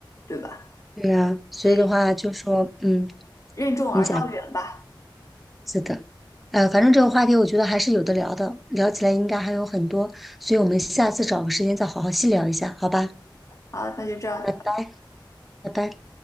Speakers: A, on the left; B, in the centre.
A: 对吧？
B: 对呀，所以的话就说，
A: 所以
B: 嗯，
A: 任重而道远吧。
B: 你讲。是的，呃，反正这个话题我觉得还是有的聊的，聊起来应该还有很多，所以我们下次找个时间再好好细聊一下，好吧？
A: 好，那就这样。
B: 拜拜，拜拜。